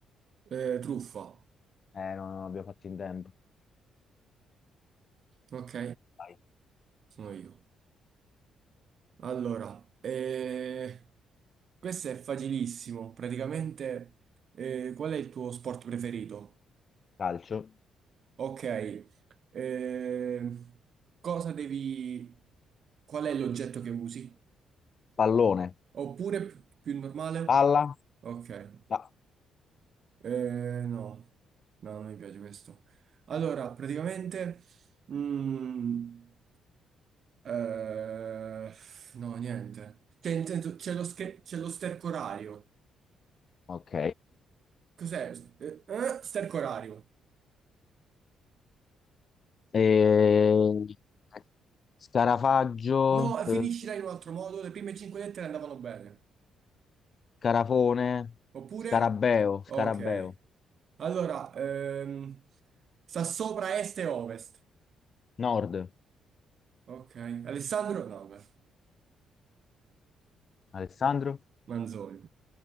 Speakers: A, on the right; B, on the left.
A: Eh, truffa.
B: Eh, no, non abbiamo fatto in tempo.
A: Ok,
B: Dai,
A: sono io. Allora, eh, questo è facilissimo. Praticamente, eh, qual è il tuo sport preferito?
B: calcio.
A: Ok, eh, cosa devi... Qual è l'oggetto che usi?
B: Pallone.
A: Oppure pi- più normale?
B: Palla.
A: Ok,
B: Pa-
A: eh, no, no, non mi piace questo. Allora, praticamente, mm, eh, no, niente. Cioè, intendo, c'è lo, sche- c'è lo sterco orario.
B: ok.
A: Cos'è? S- Eh, eh? sterco orario.
B: E- Scarafaggio,
A: No, finiscila
B: eh,
A: in un altro modo, le prime cinque lettere andavano bene.
B: Scarafone,
A: Oppure?
B: Scarabeo,
A: Ok.
B: Scarabeo,
A: Allora, ehm, sta sopra est e ovest.
B: Nord,
A: Ok. Alessandro? No, beh,
B: Alessandro?
A: Manzoni.